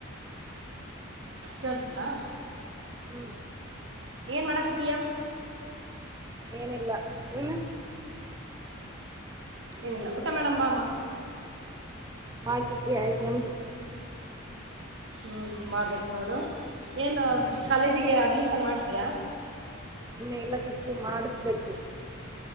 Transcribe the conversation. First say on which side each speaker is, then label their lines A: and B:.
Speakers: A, on the right (about 55°); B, on the right (about 15°).
A: ಕೇಳ್ಸುತ್ತಾ
B: ಹ್ಮ್
A: ಏನ್ ಮಾಡಕತೀಯಾ
B: ಏನಿಲ್ಲ ನೀನು
A: ಏನಿಲ್ಲ ಊಟ ಮಾಡೇಡ ಬಾಮ
B: ಮಾಡ್ಕಕ್ಕೆ ಆಯ್ತು ನಮ್ದು
A: ಹ್ಞೂ ಮಾಡ್ಬೇಕು ನೋಡು ಏನು
B: ಹ್ಮ್
A: ಕಾಲೇಜಿಗೆ ಅಡ್ಮಿಷನ್ ಮಾಡ್ಸಿದ್ಯಾ
B: ಇನ್ನು ಇಲ್ಲ ಕ ಕಲಿ <unintelligible> ಮಾಡಿಸ್ಬೇಕು